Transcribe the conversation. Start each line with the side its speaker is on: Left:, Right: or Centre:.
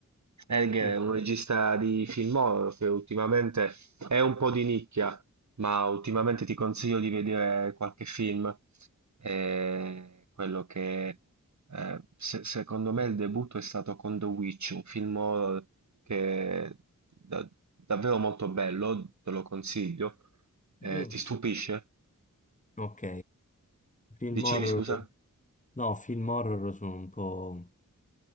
Right: Egger
Left: Sì,
Right: è un regista di film horror che ultimamente è un po' di nicchia, ma ultimamente ti consiglio di vedere qualche film. Eh, quello che eh, se- secondo me il debutto è stato con The Witch, un film horror che è da- davvero molto bello, te lo consiglio. Eh,
Left: io-
Right: ti stupisce?
Left: Ok, film
Right: Dicevi
Left: horror,
Right: scusa?
Left: no, film horror sono un po'